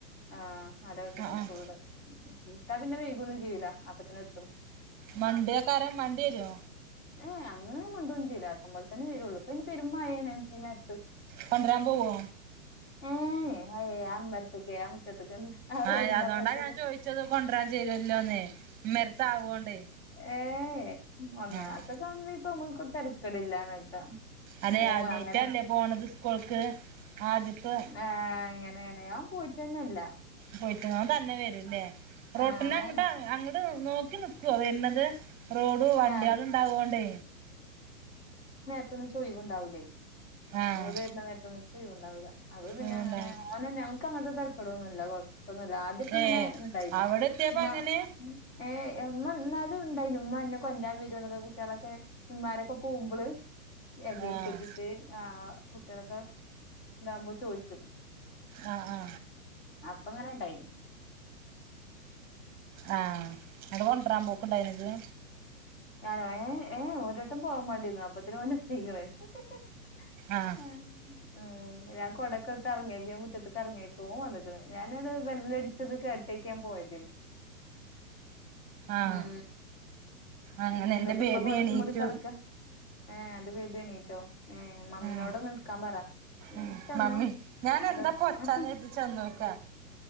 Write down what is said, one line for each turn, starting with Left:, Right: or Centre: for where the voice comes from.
Left: ആ നാലേ പത്തിനാ
Right: ആഹ്
Left: സ്കൂൾ
Right: ആഹ്
Left: വിട്ടാ പിന്നെ വൈകൊന്നും ചെയ്യൂല്ല അപ്പത്തിനെത്തും
Right: മണ്ടേക്കാരം മണ്ട്യെ രോ
Left: ഏ അങ്ങനെ മണ്ടൊന്നും ചെയ്യൂല അക്കമ്പോൽ തന്നെ വെരൊള്ളൂ പ്പ യ്ന് പെരുംമയേണ് ഇ നേരത്ത്
Right: കൊണ്ടരാൻ പോവോ
Left: ഏയ് അഅ് അമ്മര്ത്ത്ക്കെ ആ മുറ്റത്ത് ആ റോഡിന്റപ്പർത്തെക്ക
Right: ആഹ് അതോണ്ടാ ഞാൻ ചോദിച്ചത് കൊണ്ടരാൻ ചേരുവല്ലോന്ന് ഇമ്മരത്ത് ആവോണ്ടേ
Left: ഏ ഏ ഏ ഒന്നാമത്തെ
Right: ആഹ്
Left: <unintelligible> ഇപ്പൊ നമ്മക്ക് തെരക്കടില്ലാന്നക്കാ
Right: അതേ
Left: ഓ
Right: ആദ്യായിട്ടല്ലേ
Left: അങ്ങനെ
Right: പോണത് സ്കൂൾക്ക് ആദ്യത്തെ
Left: ആ ഇങ്ങനെണ് ഓൻ പോയിട്ടെന്നെല്ല
Right: പോയിക്ക്ണ് ഓൻ തന്നെ വരൂല്ലേ റോട്ടിനങ്ങട്ടാ
Left: ആ ഓ
Right: അങ്ങട്ട് നോക്കി നിക്കോ വര്ന്നത് റോഡ് വണ്ട്യള്
Left: ഞാന്
Right: ണ്ടാവോണ്ടേ
Left: ക്കന്നും ച്വായ് വ്ണ്ടാവൂല്ലേ
Right: ആഹ്
Left: ഓല് വര്ന്ന നേരത്തൊന്നും ഇച്ചൊയ് വ് ണ്ടാവൂല അപ്പ പിന്നെ
Right: അതുകൊണ്ടാണ്
Left: അങ്ങനെ ഓനെ ന്നെ ഓൻ ക്കങ്ങൻത്തെ തെരക്കെടൊന്നുല്ല കൊ പ്പൊന്നുല്ല ആദ്യാക്കങ്ങനെ
Right: ഏ
Left: ഇണ്ടായിന്നു
Right: അവിടെ എത്തിയപ്പോ
Left: ഇമ്മ
Right: അങ്ങനെ
Left: ഏ എമ്മ എന്നാലും ണ്ടായിന്നു ഇമ്മ ന്നെ കൊണ്ട്രാൻ വെരോ എന്നൊക്കെ കുട്ട്യെളൊക്കെ ഇമ്മാരൊക്കെ പോവുമ്പള് എന്തേലു
Right: ആഹ്
Left: കെദ്യ ട്ട് ആ കുട്ട്യാളൊക്കെ ഇതാവുമ്പോ ചോയ്ച്ചും
Right: ആ ആ
Left: അപ്പ ങ്ങനെ ണ്ടായിന്നു
Right: ആ ങ്ങട്ട് കൊണ്ട്രാൻ പോക്ക്ണ്ടായി ണോ ജ്
Left: ഞാനോ ഏ ഏ് ഒരട്ടം പോവാൻ മട്യേന്നു അപ്പത്തിന് പിന്നെ സ്ഥിര <unintelligible>
Right: ആഹ്
Left: ഉം ഉ ഞാൻ കൊടക്കൊട്ത്ത് ഇറങ്ങേക്ക മുറ്റത്തത്ത്ക്ക് ഇറങ്ങേക്ക ഓൻ വന്നിട്ട ഞാന ഇടെ ബെല്ലടിച്ചത് കേട്ടേക്കൻ പോയിത്
Right: ആഹ്
Left: ഉം
Right: അങ്ങനെ
Left: എന്നിട്ട്
Right: എന്റെ ബേബി
Left: മ്മ പൊതച്ചു
Right: എണീറ്റു
Left: മൂടി കിടക്ക ഏ ആണ്ടു പോയിണോ എണീട്ടോ, മമ്മിനോടൊന്ന്
Right: ഉം
Left: ഇട്ക്കാൻ പറ ഇല്ലെങ്കി
Right: ഉം
Left: ചെന്നോ
Right: മമ്മി ഞാൻ
Left: അടെ
Right: എന്താ പൊച്ചന്ന്
Left: ഏഹ്
Right: കരുത്ചന്ന നോക്ക